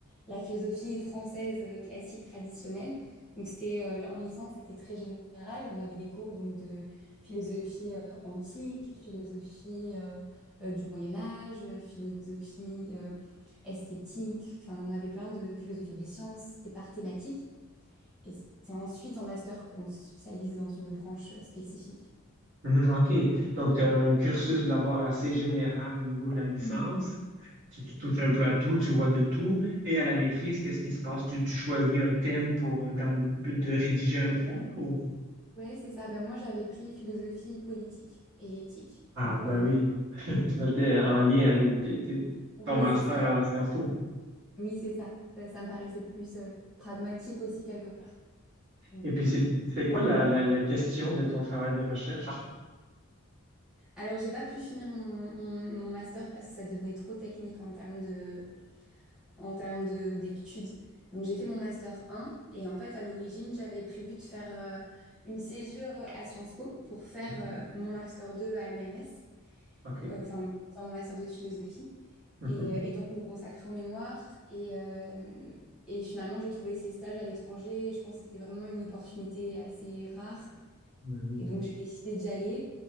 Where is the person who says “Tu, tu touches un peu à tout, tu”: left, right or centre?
Right